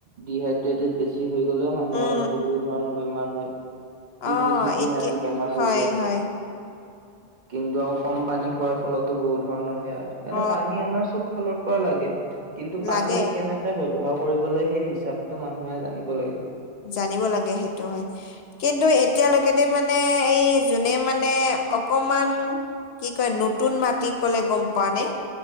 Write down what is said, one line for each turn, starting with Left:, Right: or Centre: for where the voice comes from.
Right: ডিহাইড্ৰেটেড বেছি হৈ গ'লেও মানুহৰ
Left: উম
Right: বহু ধৰণৰ বেমাৰ হয়।
Left: অ
Right: কিডনী- চিডনী
Left: এতিয়া
Right: আদি বেমাৰ হৈ
Left: হয়
Right: যায়।
Left: হয়
Right: কিন্তু আৰু কম পানী খোৱাৰ ফলতো বহুত ধৰণৰ সেয়া, সেইকাৰণে
Left: অ
Right: পানী আমাৰ চব, ফালৰ পৰা লাগে কিন্তু পানী
Left: লাগে
Right: কেনেকে ব্যৱহাৰ কৰিব, সেই হিচাপটো মানুহে জানিব লাগে।
Left: জানিব লাগে সেইটো হয়। কিন্তু এতিয়ালৈকে দেই মানে এই যোনে মানে অকমান, কি কয় নতুন মাটি কলে গম পোৱা নে?